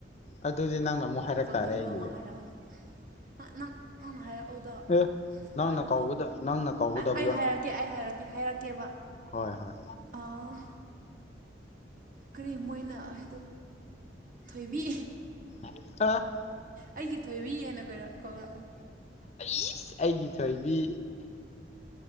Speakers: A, on the left; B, on the right.
A: ꯑꯗꯨꯗꯤ ꯅꯪꯅ ꯑꯃꯨꯛ ꯍꯥꯏꯔꯛ
B: ꯀꯧꯅꯤꯡꯕ
A: ꯇꯥꯔꯦ ꯑꯩꯒꯤꯗꯤ
B: ꯑꯃ ꯍꯥꯏꯔꯛꯎꯅꯦ ꯅꯪ ꯅꯪ ꯅꯪꯅ ꯍꯥꯏꯔꯛꯎꯗꯣ
A: ꯑꯦ ꯅꯪꯅ
B: ꯑꯩ
A: ꯀꯧꯒꯗ ꯅꯪꯅ ꯀꯧꯒꯗꯕꯗꯣ
B: ꯑꯩ ꯍꯥꯏꯔꯛꯀꯦ ꯑꯩ ꯍꯥꯏꯔꯛꯀꯦ ꯍꯥꯏꯔꯛꯀꯦꯕ
A: ꯍꯣꯏ ꯍꯣꯏ
B: ꯑꯥ ꯀꯔꯤ ꯃꯣꯏꯅ ꯍꯩꯗ ꯊꯣꯏꯕꯤ
A: <unintelligible>
B: ꯑꯩꯒꯤ ꯊꯣꯏꯕꯤ ꯍꯥꯏꯅ ꯀꯣꯏꯔꯛ ꯀꯧꯔꯛꯑꯣ
A: ꯏꯁ ꯑꯩꯒꯤ ꯊꯣꯏꯕꯤ